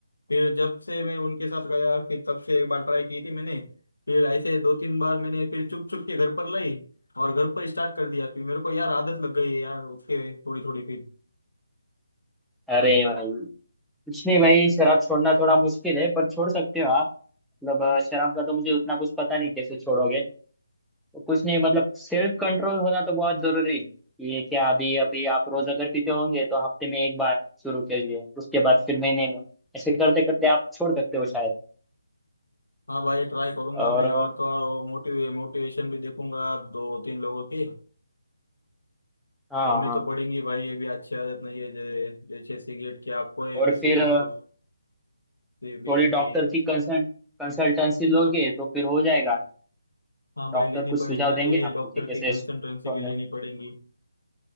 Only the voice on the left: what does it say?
फिर जब से मैं उनके साथ गया फिर तब से एक बार ट्राई की थी मैंने फिर ऐसे दो तीन बार मैंने फिर चुप चुप के घर पर लाई और घर पर स्टार्ट कर दिया फिर मेरे को यार आदत लग गई यार उसके थोड़ी थोड़ी फिर
हाँ भाई ट्राई करूंगा
मैं और
तो और मोटिवे मोटिवेशन भी देखूंगा दो तीन लोगों की
छोड़नी
तो पड़ेंगी भाई ये भी अच्छी आदत नहीं है जे- जैसे सिगरेट की आपको है
वैसे
ही मेरे
को बियर
की है।
हाँ भाई
लेनी
पड़ेंगी
अभी
डॉक्टर
की कंसल्टेंसी
भी लेनी पड़ेगी